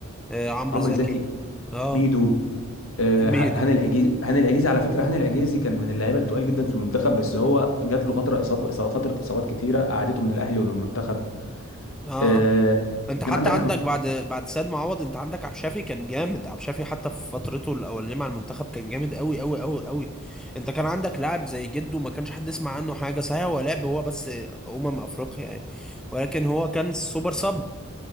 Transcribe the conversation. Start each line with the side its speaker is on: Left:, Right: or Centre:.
Centre: آه. عمرو
Left: عمرو
Centre: زكي
Left: زكي
Centre: اه
Left: ميدو آه، ه-
Centre: ميدو
Left: هاني العجيزي هاني العجيزي على فكره هاني العجيزي كان من اللعيبه التقال جدا في المنتخب بس هو جات له فتره اصابه فتره اصابات كتيره قعدته من الاهلي ومن المنتخب
Centre: اه
Left: آه،
Centre: آه. انت حتى
Left: كان عندك
Centre: عندك
Left: احمد
Centre: بعد بعد سيد معوض انت عندك عبد الشافي كان جامد عبد الشافي حتى في فترته الاولانيه مع المنتخب كان جامد قوي قوي قوي قوي انت كان عندك لاعب زي جده ما كانش حد يسمع عنه حاجه صحيح هو لعب هو بس امم افريقيا يعني ولكن هو كان سوبر سب